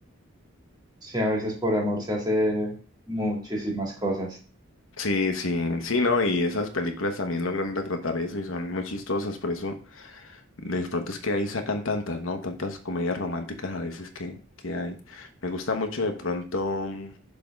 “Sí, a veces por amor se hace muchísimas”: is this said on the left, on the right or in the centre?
Right